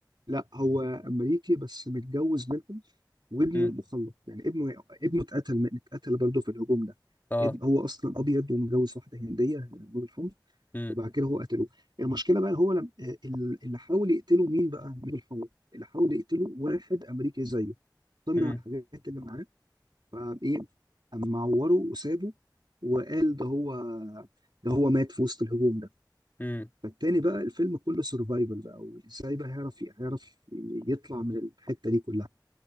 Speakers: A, on the right (about 70°); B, on the left (about 25°).
A: لا هو أمريكي بس متجوز منهم وابنه
B: امم
A: مخلط يعني ابنه ابنه اتقتل اتقتل برضه في الهجوم ده
B: اه
A: ابن هو اصلا ابيض ومتجوز واحده هنديه نور الحمر
B: امم
A: وبعد كده هو قتلوه المشكله بقى هو لم... آه، ال- اللي حاول يقتله مين بقى مين الحوار اللي حاول يقتله واحد امريكي زيه طمع
B: امم
A: الحاجات اللي معاه فايه قام معوره وسابه وقال ده هو ده هو مات في وسط الهجوم ده
B: امم
A: فالتاني بقى الفيلم كله سرفايفل بقى وازاي بقى هيعرف هيعرف يطلع من الحته دي كلها